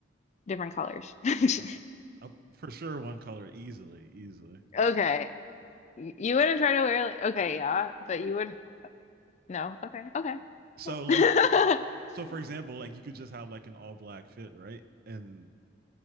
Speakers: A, on the left; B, on the right.
A: different colors. <laughs>
B: Uh, uh, for sure, one color easily, easily.
A: Okay, Y- you wouldn't try to wear like okay, yeah, but you wouldn't. No, okay, okay.
B: So like,
A: <laughs> <laughs>
B: so for example, like you could just have like an all black fit, right? And